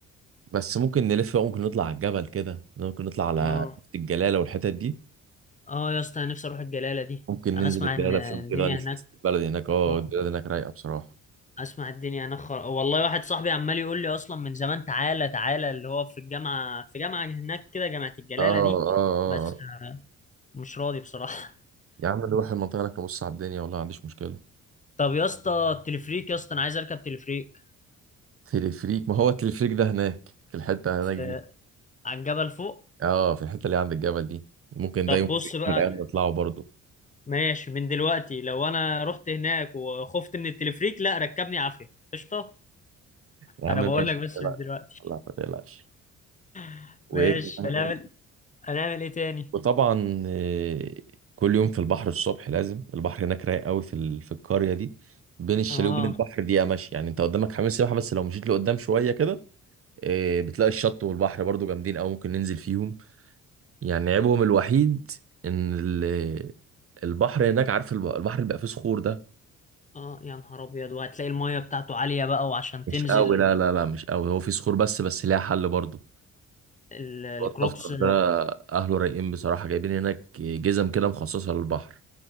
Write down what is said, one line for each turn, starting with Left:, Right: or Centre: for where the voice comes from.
Right: بس ممكن نلف بقى، ممكن نطلع على الجبل كده ممكن نطلع على
Left: اه
Right: حتة الجلالة والحتت دي
Left: اه يا اسطى انا نفسي اروح الجلالة دي
Right: ممكن
Left: انا
Right: ننزل
Left: اسمع
Right: الجلالة
Left: ان الدنيا
Right: فين كده نشوف
Left: هناك
Right: البلد هناك اه
Left: آه،
Right: البلد هناك رايقة بصراحة
Left: اسمع الدنيا هناك خر... والله واحد صاحبي عمال يقول لي اصلا من زمان تعالى تعالى اللي هو في الجامعة في جامعة هناك كده جامعة الجلالة
Right: اه اه
Left: دي
Right: اه
Left: بس
Right: آه.
Left: آه، مش راضي بصراحة
Right: يا عم نروح المنطقة هناك نبص على الدنيا والله ما عنديش مشكلة
Left: طب يا اسطى التلفريك يا اسطى انا عايز اركب تلفريك
Right: تلفريك ما هو التلفريك ده هناك في الحتة
Left: في
Right: هناك دي
Left: على الجبل فوق
Right: اه في الحتة اللي عند الجبل دي ممكن
Left: طب
Right: ده يوم
Left: بص بقى
Right: من الأيام نطلعه برضه
Left: ماشي من دلوقتي لو انا رحت هناك وخفت من التلفريك لا ركبني عافية قشطة
Right: يا
Left: انا
Right: عم ماشي
Left: بقول لك بس
Right: لا
Left: من دلوقتي
Right: لا ما تقلقش
Left: <laughs>
Right: وايه
Left: ماشي
Right: كمان؟
Left: هنعمل هنعمل ايه تاني
Right: وطبعا آه، كل يوم في البحر الصبح لازم البحر هناك رايق قوي في ال- في القريه دي بين الشاليه
Left: اه
Right: وبين البحر دقيقه ماشي يعني انت قدامك حمام سباحه بس لو مشيت لقدام شويه كده آه، بتلاقي الشط والبحر برضو جامدين قوي ممكن ننزل فيهم يعني عيبهم الوحيد ان ال- البحر هناك عارف الب- البحر اللي بقى فيه صخور ده
Left: اه يا نهار ابيض وهتلاقي المية بتاعته عالية بقى وعشان
Right: مش
Left: تنزل
Right: قوي لا لا لا مش قوي هو فيه صخور بس بس ليها حل برضو
Left: ال- الكروكس
Right: الطفطف ده اهله رايقين بصراحه جايبين هناك جزم كده مخصصه للبحر